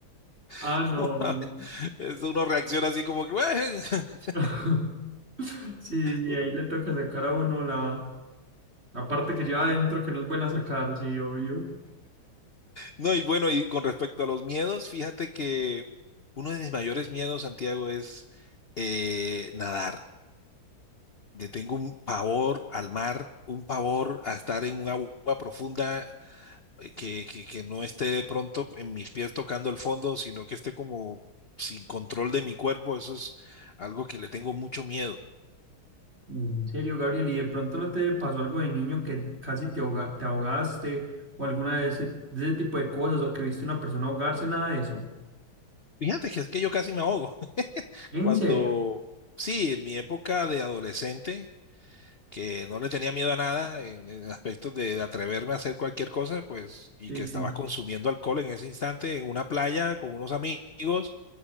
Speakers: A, on the right; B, on the left.
A: Ah,
B: <laughs>
A: no.
B: uno,
A: obvio.
B: es- uno reacciona así como que, "Ué", <laughs>
A: <laughs> Sí, sí,
B: uno-
A: ahí le toca sacar a uno la, la parte que lleva adentro que no es buena sacar, sí, obvio.
B: No, y bueno, y con respecto a los miedos, fíjate que uno de mis mayores miedos, Santiago, es eh, nadar. Le tengo un pavor al mar, un pavor a estar en un agua profunda eh, que, que, que no esté de pronto en mis pies tocando el fondo, sino que esté como sin control de mi cuerpo. Eso es algo que le tengo mucho miedo.
A: En serio, Gabriel, ¿y de pronto no te pasó algo de niño que casi te ahoga- te ahogaste o alguna de ese, de ese tipo de cosas o que viste a una persona ahogarse, nada de eso?
B: Fíjate que es que yo casi me ahogo. <laughs>
A: ¿En
B: Cuando,
A: serio?
B: sí, en mi época de adolescente que no le tenía miedo a nada en, en aspectos de atreverme a hacer cualquier cosa, pues, y
A: Sí,
B: que estaba
A: sí,
B: consumiendo alcohol en ese instante en una playa con unos amigos.